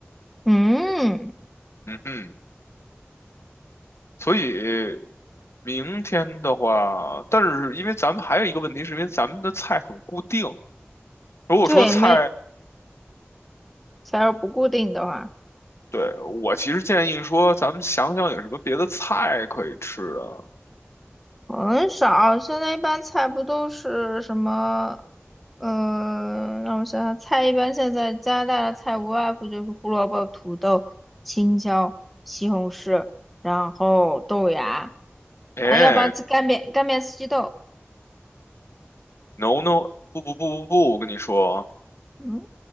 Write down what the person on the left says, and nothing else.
嗯哼，所以明天的话，但是因为咱们还有一个问题，是因为咱们的菜很固定。如果说菜，
对，我其实建议说，咱们想想有什么别的菜可以吃的。
哎
，no no，不不不不不，我跟你说。